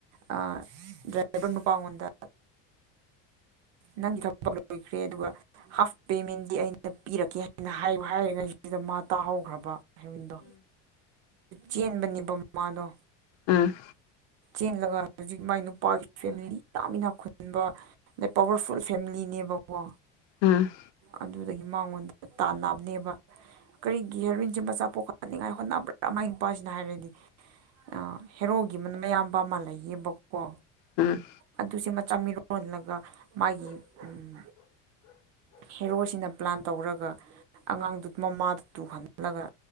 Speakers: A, on the right; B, on the left.
A: ꯑꯥ ꯅꯨꯄꯥꯉꯣꯟꯗ ꯅꯪꯒꯤ ꯊꯕꯛ ꯂꯣꯏꯈ꯭ꯔꯦ ꯑꯗꯨꯒ ꯍꯥꯐ ꯄꯦꯃꯦꯟꯗꯤ ꯑꯩꯅ ꯄꯤꯔꯛꯀꯦ ꯍꯥꯏꯅ ꯍꯥꯏꯌꯨ ꯍꯥꯏꯔꯤꯉꯩꯁꯤꯗ ꯃꯥ ꯇꯥꯍꯧꯈ꯭ꯔꯕ ꯍꯦꯔꯣꯏꯟꯗꯣ ꯆꯦꯟꯕꯅꯤꯕ ꯃꯥꯗꯣ
B: ꯎꯝ
A: ꯆꯦꯜꯂꯒ ꯍꯧꯖꯤꯛ ꯃꯥꯒꯤ ꯅꯨꯄꯥꯒꯤ ꯐꯦꯃꯤꯂꯤ ꯌꯥꯃꯤꯅꯥꯛ ꯈꯨꯟꯕ ꯑꯗꯩ ꯄꯋꯥꯔꯐꯨꯜ ꯐꯦꯃꯤꯂꯤꯅꯦꯕꯀꯣ
B: ꯎꯝ
A: ꯑꯗꯨꯗꯒꯤ ꯃꯉꯣꯟꯗ ꯇꯥꯟꯅꯥꯅꯦꯕ ꯀꯔꯤꯒꯤ ꯍꯦꯔꯤꯡ ꯃꯆꯥ ꯄꯣꯛꯍꯥꯅꯤꯡꯉꯥꯏ ꯍꯣꯠꯅꯕꯗ ꯃꯥꯏ ꯅꯨꯄꯥꯁꯤꯅ ꯍꯥꯏꯔꯗꯤ ꯑ ꯍꯦꯔꯣꯒꯤ ꯑꯌꯥꯝꯕ ꯑꯃ ꯂꯩꯌꯦꯕꯀꯣ
B: ꯎꯝ
A: ꯑꯗꯨꯁꯦ ꯃꯆꯥ ꯃꯤꯔꯣꯜꯂꯒ ꯃꯥꯒꯤ ꯎꯝ ꯍꯦꯔꯣꯁꯤꯅ ꯄ꯭ꯂꯥꯟ ꯇꯧꯔꯒ ꯑꯉꯥꯡꯗꯨ ꯃꯃꯥꯗ ꯇꯨꯍꯜꯂꯒ